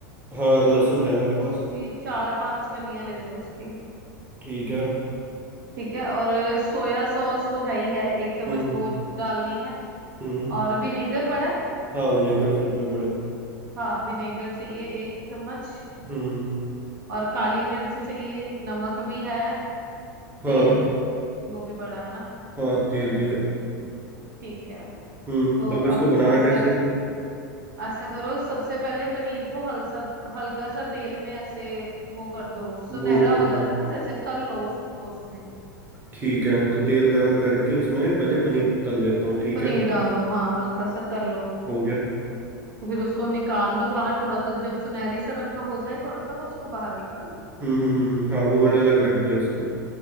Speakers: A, on the right; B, on the right.
A: हाँ लहसुन है मेरे पास
B: उसकी चार पांच कलियां ले लो उसकी
A: ठीक है
B: ठीक है और सोया सॉस तो है ही है एक चम्मच
A: हम्म
B: वो डालनी है
A: हम्म
B: और विनेगर पड़ा है
A: हाँ विनेगर फ्रिज में पड़ा है
B: हाँ विनेगर चाहिए एक चम्मच
A: हम्म
B: और काली मिर्च चाहिए नमक भी है
A: हाँ
B: तेल वो भी पड़ा है ना
A: हाँ तेल भी है
B: ठीक है
A: हम्म
B: तो
A: तब इसको
B: अब
A: बनाना
B: ऐसा
A: कैसे
B: ऐसा करो सबसे पहले पनीर को हल्सा हल्का सा तेल में ऐसे वो कर दो सुनहरा
A: भून लो
B: हो
A: थोड़ा।
B: जाता है ना जैसे तल लो उसको उसमें
A: ठीक है तो तेल गरम करके उसमें पहले पनीर तल लेता हूँ ठीक
B: पनीर
A: है
B: डाल दो हाँ हल्का सा तल लो उसको
A: हो गया
B: तो फिर उसको निकाल लो बाहर थोड़ा सा जब सुनहरी सा रंग का हो जाए थोड़ा सा तो उसको बाहर निकाल लो
A: हम्म हम्म हम्म हम्म, हाँ वो मैंने अलग रख दिया उसको